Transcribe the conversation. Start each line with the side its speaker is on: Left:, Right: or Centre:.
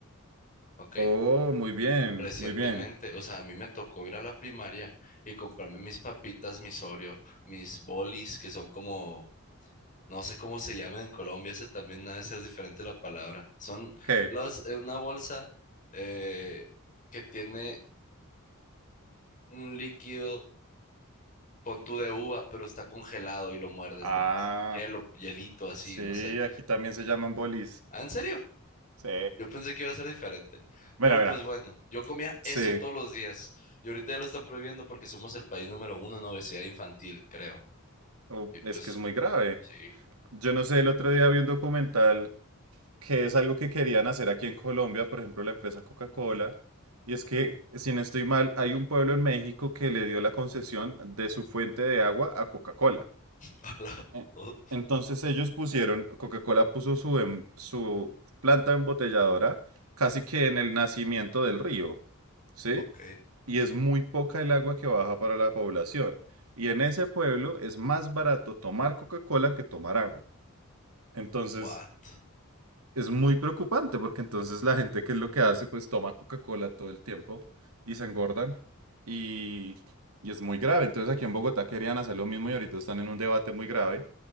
Left: ¿ok?
Right: Oh, muy bien,
Left: Recientemente,
Right: muy bien.
Left: o sea, a mí me tocó ir a la primaria y comprarme mis papitas, mis Oreo, mis bolis, que son como No sé cómo se llaman en Colombia, ese también ha de ser diferente la palabra. Son
Right: ¿Qué?
Left: las, eh, una bolsa eh, que tiene un líquido, pon tú de uva, pero está congelado y lo muerdes
Right: Ah,
Left: nomás. Hielo, hielito así,
Right: sí,
Left: no sé.
Right: aquí también se llaman bolis.
Left: Ah, ¿en serio?
Right: Sí.
Left: Yo pensé que iba a ser diferente.
Right: Mira,
Left: Pero
Right: mira.
Left: pues bueno, yo comía
Right: Sí.
Left: eso todos los días. Y ahorita ya lo están prohibiendo porque somos el país número uno en obesidad infantil, creo.
Right: Oh,
Left: Y pues,
Right: es que es muy grave.
Left: sí.
Right: Yo no sé, el otro día vi un documental que es algo que querían hacer aquí en Colombia, por ejemplo, la empresa Coca-Cola, y es que, si no estoy mal, hay un pueblo en México que le dio la concesión de su fuente de agua a Coca-Cola.
Left: <laughs> Hola.
Right: Eh,
Left: Oh,
Right: Entonces ellos pusieron, Coca-Cola puso su, em- su planta embotelladora casi que en el nacimiento del río, ¿sí?
Left: ok.
Right: Y es muy poca el agua que baja para la población. Y en ese pueblo es más barato tomar Coca-Cola que tomar agua. Entonces...
Left: What?
Right: Es muy preocupante porque entonces la gente que es lo que hace, pues toma Coca-Cola todo el tiempo y se engordan y, y es muy grave. Entonces aquí en Bogotá querían hacer lo mismo y ahorita están en un debate muy grave